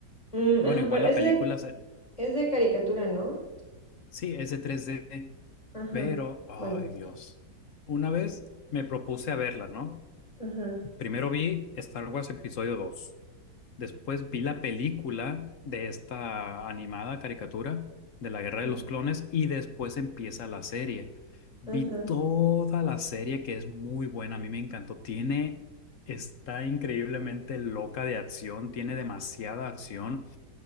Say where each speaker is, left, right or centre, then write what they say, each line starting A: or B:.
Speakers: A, on the left; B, on the left.
A: Mm,
B: Bueno,
A: ajá,
B: igual
A: pero
B: la
A: es
B: película
A: de,
B: se-
A: es de caricatura, ¿no?
B: sí es de 3D.
A: Ajá.
B: Pero, ay
A: Bueno.
B: Dios, una vez me propuse a verla, ¿no?
A: Ajá.
B: Primero vi Star Wars Episodio dos después vi la película de esta animada caricatura de la Guerra
A: Ujú.
B: de los Clones y después empieza la serie. Vi
A: Ajá.
B: toda la serie que es muy buena, a mí me encantó. Tiene, está increíblemente loca de acción, tiene demasiada acción.